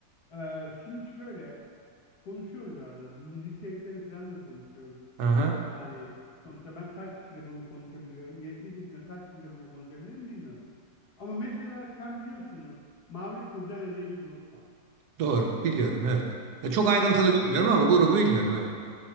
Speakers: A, on the left; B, on the right.
A: Ee, şimdi şöyle konuşuyoruz arada. Bu müzik zevklerini falan da konuşuyoruz.
B: Aha,
A: Yani sonuçta ben kaç kişiyle bunu konuşabiliyorum? 70 yaşında kaç kişiyle bunu konuşabilirim bilmiyorum. Ama mesela sen biliyorsunuz Mavi Kurdele diye bir grup var.
B: doğru biliyorum evet. Ya çok ayrıntılı
A: Evet.
B: bilmiyorum ama grubu biliyorum evet.